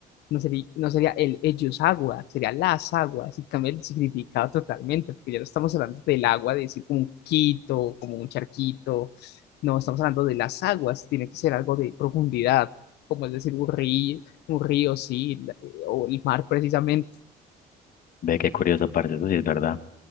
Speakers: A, on the left; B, on the left.
A: no sería, no sería el ellos agua, sería las aguas, y cambia el significado totalmente, porque ya no estamos hablando del agua, de decir como un quito, como un charquito, no, estamos hablando de las aguas, tiene que ser algo de profundidad, como es decir un río, un río, sí, o el mar precisamente,
B: Ve qué curioso, parce, eso sí es verdad.